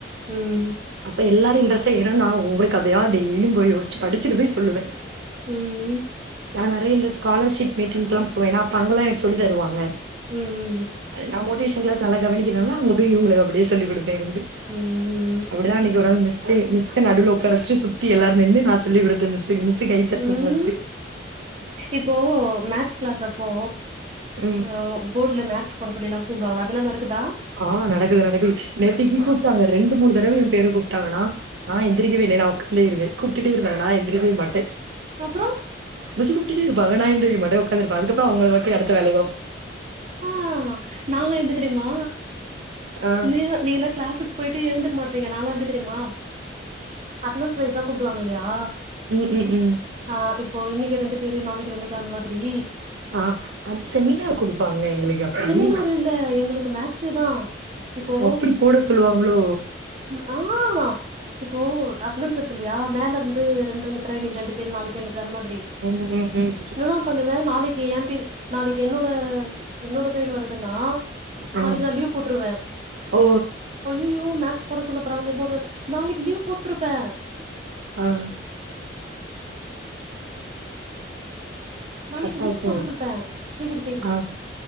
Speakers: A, on the right (about 35°); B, on the right (about 80°).
A: உம்
B: அப்ப எல்லாரு இன்ரஸ் ஆய்ரு நா ஒவ்வொரு கதையா டெய்லியு போய் யோஸ்ச்சு படுச்சுட்டு போய் சொல்லுவே
A: ம் ம்
B: நா நெறையா இந்த ஸ்காலர்ஷிப் மீட்டிங்கல்லா போவேனா அப்ப அங்கல்லா எனக்கு சொல்லி தருவாங்க
A: ம் ம்
B: அது நா மோடிவேஷன் கிளாஸ் நல்லா கவனிக்கிறனால அங்க போய் இவுகளுக்கு அப்டியே சொல்லி குடுப் ட இருந்து
A: ம்
B: அப்டிதா அன்னைக்கு ஒரு நாள் மிஸ் சு மிஸ்சு நடுல உக்கார வச்சுட்டு சுத்தி எல்லாரு நின்னு நா சொல்லி குடுத்தே மிஸுக்கு மிஸு கை தட்னாங்க
A: ம்.
B: வந்து
A: இப்போ மேக்ஸ் கிளாஸ் அப்போ
B: ம்.
A: அ போர்ட்ல மேக்ஸ் போட சொல்லில்லா கூப்டுவாங்க அதுலா நடக்குதா
B: ஆ நடக்குது நடக்குது நேத்திக்கு கூப்ட்டாங்க ரெண்டு மூணு தடவ எ பேர கூப்ட்டாங்க நா நா எந் எந்திரிக்கவே இல்ல நா உக்காந்தே இருவே கூப்டுட்டே இருந்தாங்க நா எந்திரிக்கவே மாட்டே
A: அப்பறோ
B: மிஸ்ஸு கூப்டுட்டே இருப்பாங்க நா எந்ரிக்க மாட்டே உக்காந்துருப்பே அதுக்கப்பறோ அவுங்களவாட்டி அடுத்த வேலய பாப்பாங்
A: ஆ நாங்க எப்டி தெரிமா
B: ஆ.
A: நீவு நீ என்ன கிளாஸூ போய்ட்டு ஏழ்ந்துக்க மாட்றீங்க நாலா எப்டி தெரிமா அட்டனன்ஸ் வைசா கூப்டுவாங்க இல்லயா
B: ம் ம் ம்
A: ஆ இப்போ இன்னைக்கி ரெண்டு பேரு நாளைக்கு ரெண்டு பேரு அந்த மாதிரி
B: ஆ அது செமினாரு குடுப்பாங்களே எங்களுக்கு அப்படி.
A: செமினாரு இல்ல எங்களுக்கு மேக்ஸுதா இப்போ
B: ஓ! அப்படி போட சொல்லுவாங்களோ?
A: ம் ஆ இப்போ அட்டனன்ஸ் இருக்கு இல்லயா மேல இருந்து ரெண்ட் ரெண்டு பேரா இன்னைக்கு ரெண்டு பேரு நாளைக்கு ரெண்டு பேரு அந்த மாதிரி
B: ம் ம் ம்
A: என்னன்னா பண்ணுவே நாளைக்கி எ பேரு நாளைக்கி என்னோட என்னோட சைடு வருதுனா
B: ஆ.
A: நாளைக்கி நா லீவ் போட்ருவே
B: ஓ!
A: போய் அய்யயோ மேக்ஸ் போட சொல்ல போறாங்களே போட்ல நாளைக்கி லீவ் போட்ருப்பே
B: அ அ
A: நாளைக்கி
B: கட்
A: லீவ்
B: ஆயிட்டோ?
A: போட்டுட்ருப்பே கேக்குது கேக்குது
B: ஆ